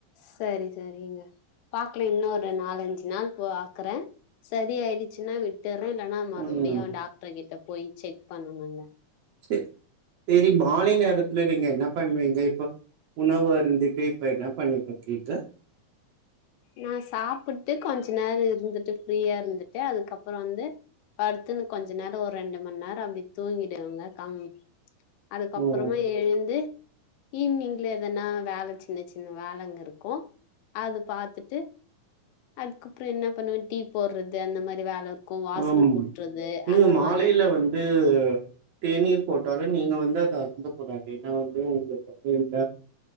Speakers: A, on the left; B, on the right.
A: சரி சரிங்க பாக்கல இன்ன ஒரு நாலஞ்சு நாள் பாக்குறேன் சரி ஆயிடுச்சுன்னா விட்டு விட்டுறேன் இல்லைனா மறுபுடியும்
B: ம்
A: டாக்டர் கிட்ட போய் செக் பண்ணனுங்க
B: சரி சரி மாலை நேரத்துல நீங்க என்ன பண்ணுவீங்க இப்ப உணவு அருந்துட்டு இப்ப என்ன பண்ணிட்டு இருக்கீங்க
A: நான் சாப்பிட்டு கொஞ்ச நேரம் இருந்துட்டு ஃப்ரீயா இருந்துட்டு அதுக்கப்புறம் வந்து படுத்துன்னு கொஞ்ச நேரம் ஒரு ரெண்டு மணி நேரம் அப்படி தூங்கிடுவங்க கம் அதுக்கப்புறமா
B: ம்
A: எழுந்து ஈவினிங்ல எதனா வேலை சின்ன சின்ன வேலைங்க இருக்கும் அது பார்த்துட்டு டு அதுக்கப்புறம் என்ன பண்ணுவ டீ போடுறது அந்த மாதிரி வேலை ஒரு இருக்கும் வாசல்
B: ம்
A: கூட்டுறது
B: நீங்க
A: அந்த
B: மாலையில
A: மாதிரி இருக்கும்
B: வந்து தேநீர் போட்டாலும் நீங்க வந்து அத அருந்தக்கூடாது ஏன்னா வந்து உங்களுக்கு வயிற்ல